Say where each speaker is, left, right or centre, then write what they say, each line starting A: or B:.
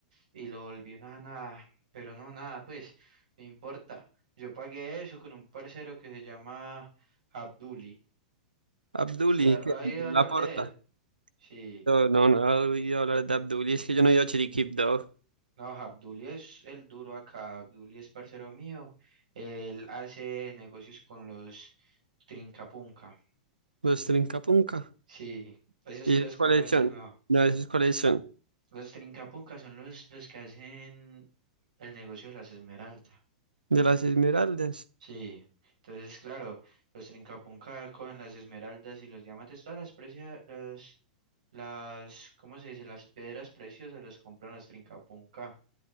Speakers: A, on the right; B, on the right.
A: y lo volví una nada, pero no, nada, pues, no importa. Yo pagué eso con un parcero que se llama Abduli.
B: Abduli,
A: ¿Se ha
B: ¿qué?
A: ha ido
B: La
A: a hablar
B: porta.
A: de él? Sí.
B: No, no, no he oído hablar de Abduli, es que yo no he ido a Chiriquipto.
A: No, Abduli es el duro acá, Abduli es parcero mío, él hace negocios con los Trincapunca.
B: Los Trincapunca.
A: Sí, eso sí
B: ¿Y
A: los
B: esos
A: conoce,
B: cuáles son?
A: ¿no?
B: No, esos cuáles son.
A: Los Trincapunca son los, los que hacen el negocio de las esmeraldas.
B: De las esmeraldas.
A: Sí, entonces, claro, los Trincapunca cogen las esmeraldas y los diamantes, todas las precias, las, las, ¿cómo se dice? Las piedras preciosas las compran los Trincapunca.